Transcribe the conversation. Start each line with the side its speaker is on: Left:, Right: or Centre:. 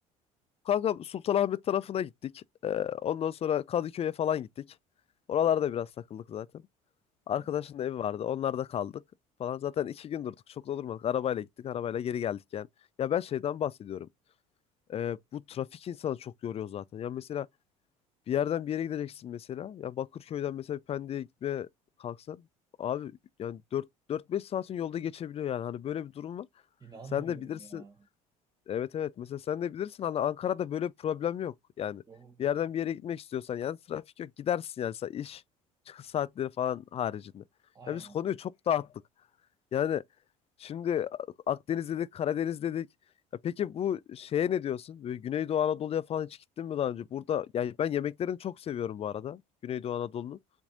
Left: kanka Sultanahmet tarafına gittik. E, ondan sonra Kadıköy'e falan gittik. Oralarda biraz takıldık zaten. Arkadaşın
Right: Evet.
Left: da evi vardı. Onlarda kaldık falan. Zaten iki gün durduk. Çok da durmadık. Arabayla gittik. Arabayla geri geldik yani. Ya ben şeyden bahsediyorum. Ee, bu trafik insanı çok yoruyor zaten. Ya mesela bir yerden bir yere gideceksin mesela. Ya Bakırköy'den mesela bir Pendik'e gitmeye kalksan. Abi yani dört dört beş saatin yolda geçebiliyor yani. Hani böyle bir durum var.
Right: İnanmıyorum
Left: Sen de bilirsin.
Right: ya.
Left: Evet evet. Mesela sen de bilirsin hani Ankara'da böyle bir problem yok. Yani
Right: Yok.
Left: bir yerden bir yere gitmek istiyorsan yani trafik yok. Gidersin yani sa- iş çıkış saatleri falan haricinde.
Right: Aynen.
Left: Ya biz konuyu çok dağıttık. Yani şimdi Akdeniz dedik, Karadeniz dedik. Ya peki bu şeye ne diyorsun? Böyle Güneydoğu Anadolu'ya falan hiç gittin mi daha önce? Burada yani ben yemeklerini çok seviyorum bu arada. Güneydoğu Anadolu'nun.